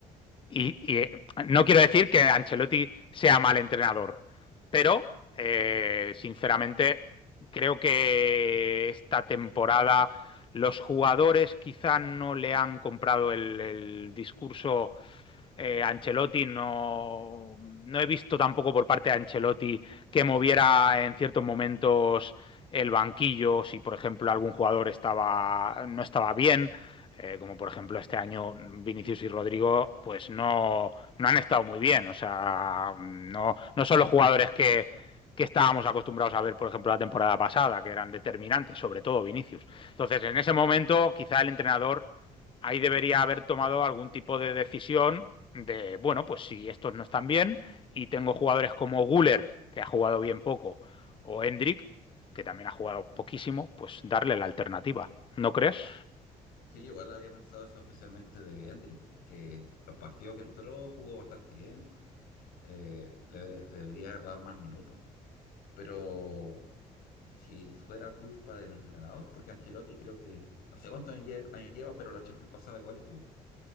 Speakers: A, on the left (about 35°); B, on the left (about 85°).
A: Y, y, eh, no quiero decir que Ancelotti sea mal entrenador, pero eh, sinceramente creo que esta temporada los jugadores quizá no le han comprado el, el discurso eh, Ancelotti, no, no he visto tampoco por parte de Ancelotti que moviera en ciertos momentos el banquillo, si por ejemplo algún jugador estaba, no estaba bien eh, como por ejemplo este año Vinicius y Rodrigo, pues no, no han estado muy bien. O sea, no, no son los jugadores que, que estábamos acostumbrados a ver, por ejemplo, la temporada pasada, que eran determinantes, sobre todo Vinicius. Entonces, en ese momento, quizá el entrenador ahí debería haber tomado algún tipo de decisión de, bueno, pues si estos no están bien y tengo jugadores como Guller, que ha jugado bien poco, o Endrick que también ha jugado poquísimo, pues darle la alternativa. ¿No crees?
B: Sí, yo igual había pensado eso especialmente de Endrick, que los partidos que entró jugó bastante bien. eh, le debe- debería haber dado más minutos. Pero si fuera culpa del entrenador, porque Ancelotti creo que, no sé cuántos años lle- años lleva, pero la Champions pasada igual estuvo.